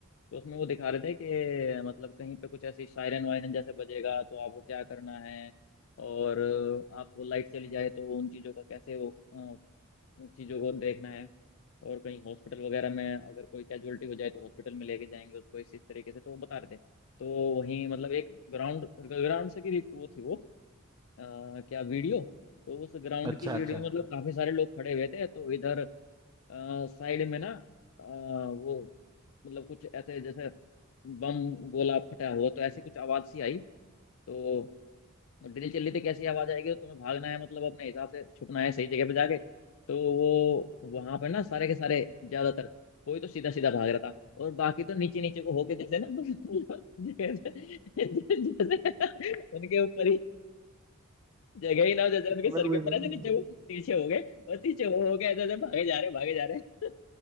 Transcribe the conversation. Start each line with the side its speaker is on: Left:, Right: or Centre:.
Left: तो उसमें वो दिखा रहे थे कि मतलब कहीं पे कुछ ऐसी सायरन वायरन जैसे बजेगा तो आपको क्या करना है और आपको लाइट चली जाए तो उन चीज़ों का कैसे वो अ, चीज़ों को देखना है और कहीं हॉस्पिटल वगैरह में अगर कोई कैजुअलिटी हो जाए तो हॉस्पिटल में लेके जाएंगे उसको इस इस तरीके से तो वो बता रहे थे तो वहीं मतलब एक ग्राउंड ग्राउंड से की वो थी वो अ, क्या वीडियो तो उस ग्राउंड
Right: <laughs> अच्छा
Left: की वीडियो
Right: अच्छा
Left: में मतलब काफी सारे लोग खड़े हुए थे तो इधर साइड में ना अ, वो मतलब कुछ ऐसे जैसे बम गोला फटा हुआ तो ऐसी कुछ आवाज सी आई तो और ड्रिल चल रही थी कैसी आवाज आएगी तो तुम्हें भागना है मतलब अपने हिसाब से छुपना है सही जगह पे जाके तो वो वहां पे ना सारे के सारे ज्यादातर कोई तो सीधा सीधा भाग रहा था और बाकी तो नीचे नीचे को होके जैसे ना <laughs> मतलब जैसे, जैसे उनके ऊपर ही जगह ही ना हो जैसे उनके
Right: मैं
Left: सर
Right: वही
Left: के ऊपर
Right: बोल
Left: ऐसे
Right: रहा
Left: नीचे
Right: हूँ।
Left: को पीछे हो गए और पीछे वो हो गए ऐसे ऐसे भागे जा रहे भागे जा रहे